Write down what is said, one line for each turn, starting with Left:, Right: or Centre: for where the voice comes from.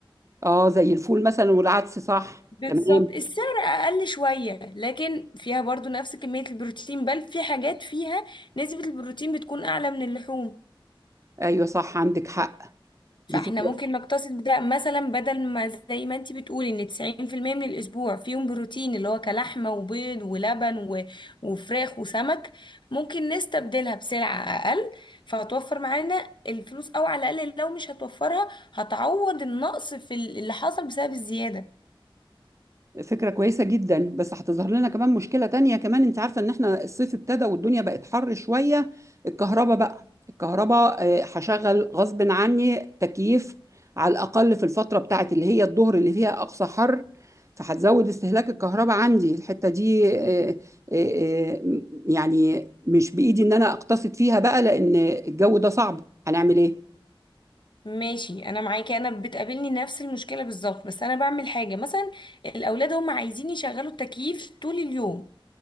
Right: اه زي الفول مثلا والعدس صح
Left: بالظبط
Right: تمام
Left: السعر اقل شويه لكن فيها برضو نفس كميه البروتين بل في حاجات فيها نسبه البروتين بتكون اعلى من اللحوم
Right: ايوه صح عندك حق
Left: فاحنا
Right: دي فكره
Left: ممكن نقتصد ده مثلا بدل ما زي ما انت بتقولي ان 90% من الاسبوع فيهم بروتين اللي هو كلحمه وبيض ولبن و... وفراخ وسمك ممكن نستبدلها بسلعه اقل فهتوفر معانا الفلوس او على الاقل لو مش هتوفرها هتعوض النقص في ال- اللي حصل بسبب الزياده
Right: فكرة كويسة جدا بس هتظهر لنا كمان مشكلة تانية كمان انت عارفة ان احنا الصيف ابتدى والدنيا بقت حر شوية الكهرباء بقى الكهرباء آه، هشغل غصب عني تكييف على الأقل في الفترة بتاعت اللي هي الظهر اللي فيها أقصى حر فهتزود استهلاك الكهرباء عندي الحتة دي آه، آه، آه، م- يعني مش بإيدي ان انا اقتصد فيها بقى لأن الجو ده صعب هنعمل ايه
Left: ماشي انا معاكي انا بتقابلني نفس المشكله بالظبط بس انا بعمل حاجه مثلا الاولاد هم عايزين يشغلوا التكييف طول اليوم